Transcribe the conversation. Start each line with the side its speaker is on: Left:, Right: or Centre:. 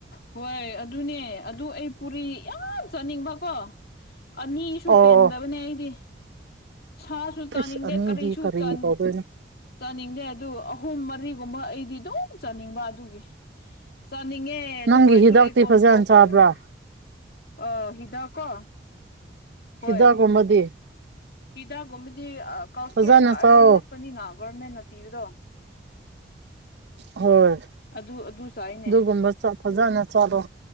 Left: ꯍꯣꯏ ꯑꯗꯨꯅꯦ ꯑꯗꯨ ꯑꯩ ꯄꯨꯔꯤ ꯌꯥꯝ ꯆꯥꯅꯤꯡꯕꯀꯣ ꯑꯅꯤꯁꯨ
Right: ꯑꯣ
Left: ꯄꯦꯟꯗꯕꯅꯦ ꯑꯩꯗꯤ ꯁꯥꯁꯨ ꯆꯥꯅꯤꯡꯗꯦ
Right: ꯏꯁ ꯑꯅꯤꯗꯤ
Left: ꯀꯔꯤꯁꯨ
Right: ꯀꯔꯤ
Left: ꯆ
Right: ꯇꯧꯗꯣꯏꯅꯣ
Left: ꯆꯥꯅꯤꯡꯗꯦ ꯑꯗꯨ ꯑꯍꯨꯝ ꯃꯔꯤꯒꯨꯝꯕ ꯑꯩꯗꯤ ꯑꯗꯨꯝ ꯆꯥꯅꯤꯡꯕ ꯑꯗꯨꯒꯤ ꯆꯥꯅꯤꯡꯉꯦ ꯑꯗꯨ
Right: ꯅꯪꯒꯤ
Left: ꯑꯣꯏꯔꯁꯨ
Right: ꯍꯤꯗꯥꯛꯇꯤ
Left: ꯑꯩ ꯀꯣꯟꯇ꯭ꯔꯣ
Right: ꯐꯖꯅ
Left: ꯇꯧꯅꯦ
Right: ꯆꯥꯕ꯭ꯔꯥ
Left: ꯑꯣ ꯍꯤꯗ ꯀꯣ
Right: ꯁꯤꯗꯥ
Left: ꯍꯣꯏ
Right: ꯀꯣꯕꯗꯤ
Left: ꯍꯤꯗꯥꯛꯒꯨꯝꯕꯗꯤ ꯀꯥꯎꯁꯤ
Right: ꯐꯖꯅ
Left: ꯑꯃꯒ
Right: ꯆꯥꯎꯋꯣ
Left: ꯑꯔꯣꯟ ꯉꯛꯄꯅꯤꯅ ꯒꯣꯔꯃꯦꯟꯅ ꯄꯤꯕꯗꯣ
Right: ꯍꯣꯏ
Left: ꯑꯗꯨ ꯑꯗꯨ ꯆꯥꯏꯅꯦ
Right: ꯑꯗꯨꯒꯨꯝꯕ ꯐꯖꯅ ꯆꯥꯔꯣ